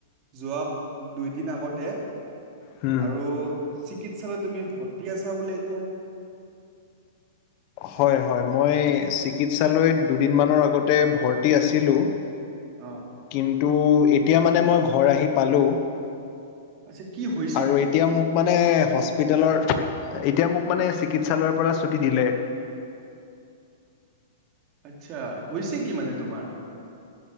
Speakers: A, on the right; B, on the left.
A: যোৱা দুই দিন আগতে
B: হুম,
A: আৰু চিকিৎসালয় তুমি ভৰ্তি আছা বোলে এতিয়া?
B: হয়, হয় মই চিকিৎসালয়ত দুদিনমানৰ আগতে ভৰ্তি আছিলোঁ
A: অ',
B: কিন্তু এতিয়া মানে মই ঘৰ আহি পালোঁ
A: যে কি হৈ
B: আৰু এতিয়া মোক মানে হস্পিটেলৰ এতিয়া মোক মানে চিকিৎসালয়ৰ পৰা ছুটি দিলে।
A: আচ্ছা হৈছে কি মানে তোমাৰ?